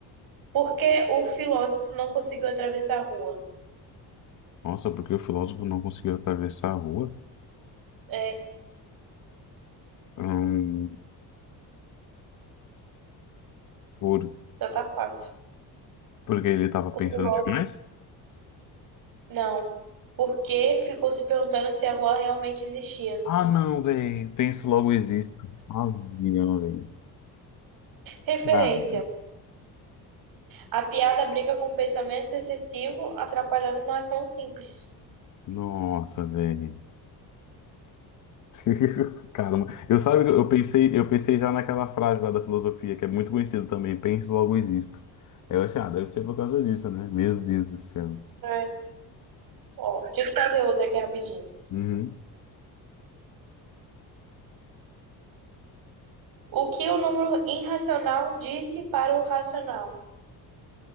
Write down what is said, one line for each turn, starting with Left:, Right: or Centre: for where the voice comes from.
Right: Por que o filósofo não conseguiu atravessar a rua?
Left: Nossa, porque o filósofo não conseguiu atravessar a rua?
Right: É,
Left: Hum, porque,
Right: já tá fácil.
Left: porque ele estava
Right: O
Left: pensando
Right: filósofo,
Left: demais?
Right: não. Porque ficou se perguntando se a rua realmente existia.
Left: Ah, não, velho. Penso logo existo. Avião, velho.
Right: Referência.
Left: Cara,
Right: A piada brinca com pensamento excessivo, atrapalhando uma ação simples.
Left: nossa, velho. <laughs> Caramba, eu sabe, eu pensei, eu pensei já naquela frase lá da filosofia, que é muito conhecida também, penso, logo existo. Aí eu achei, ah, deve ser por causa disso, né? Meu Deus do céu.
Right: É. Ó, deixa eu fazer outra aqui rapidinho.
Left: Uhum.
Right: O que o número irracional disse para o racional?